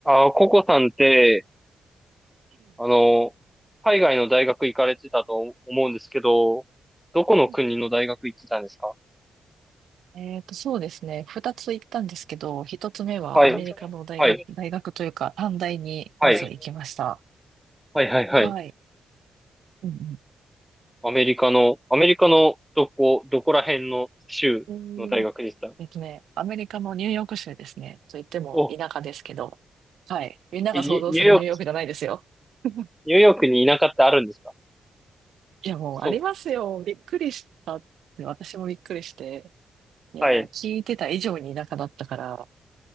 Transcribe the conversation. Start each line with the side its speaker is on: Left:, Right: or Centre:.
Centre: あー、ココさんって、
Right: う
Centre: あの、海外の大学行かれてたと思うんですけど、どこの国の大学行ってたんですか
Right: んうんえっと、そうですね。二つ行ったんですけど、一つ目はアメリカの大学、
Centre: はい。はい。
Right: 大学というか、短大にまず行きました。
Centre: はい。はい、はい、はい。
Right: はい。うん
Centre: アメリカの、アメリカのどこ、どこら辺の州の大学でした
Right: うん。うーんえっとね、アメリカのニューヨーク州ですね。と言っても田舎ですけど、
Centre: お、
Right: はい。みんなが想像するニューヨークじゃないですよ。
Centre: えニュニューヨーク、
Right: <laughs>
Centre: ニューヨークに田舎ってあるんですか
Right: いや、もうありますよ。
Centre: そう、
Right: びっくりしたって、私もびっくりして。いや、
Centre: はい。
Right: 聞いてた以上に田舎だったから、